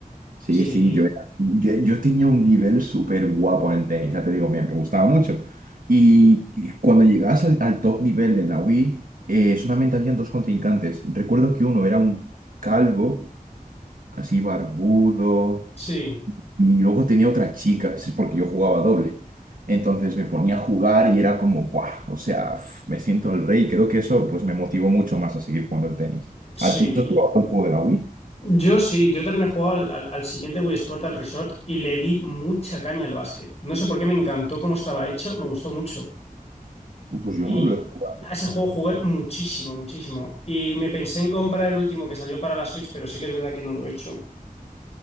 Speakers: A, on the right; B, on the left.
A: Sí,
B: Sí,
A: sí, yo, era- yo, yo tenía un nivel súper guapo en el tenis, ya te digo, me, me gustaba mucho. Y, y cuando llegabas al, al top nivel en la Wii, eh, solamente habían dos contrincantes. Recuerdo que uno era un calvo, casi barbudo,
B: sí,
A: y luego tenía otra chica, es porque yo jugaba doble. Entonces me ponía a jugar y era como, ¡buah! O sea, f- me siento el rey. Creo que eso pues me motivó mucho más a seguir jugando al tenis.
B: sí.
A: ¿A ti, tú has jugado un juego de la Wii?
B: Yo sí, yo también he jugado al, al- al siguiente Wii Sport, al Resort, y le di mucha caña al básquet. No sé por qué me encantó cómo estaba hecho, me gustó mucho.
A: Pues
B: Y
A: yo no lo he jugado.
B: a ese juego jugué muchísimo, muchísimo. Y me pensé en comprar el último que salió para la Switch, pero sí que es verdad que no lo he hecho.